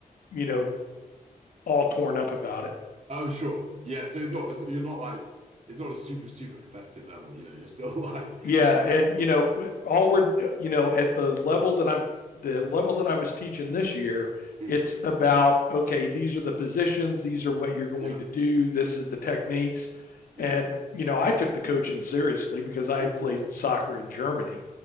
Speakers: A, on the left (about 80°); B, on the right (about 50°).
A: you know, all torn up about it.
B: Oh, sure. Yeah. So it's not, it's not, you're not like, it's not a super, super competitive level. You know, you're still <laughs> like,
A: yeah and
B: it's
A: you know
B: wherever that's fun.
A: all we're uh, you know at the level that i'm the level that i was teaching this year
B: Mm,
A: it's about okay these are the positions these are what you're going
B: yeah.
A: to do this is the techniques
B: Mm,
A: and you know i took the coaching seriously because i had
B: Oh, of course.
A: played soccer in germany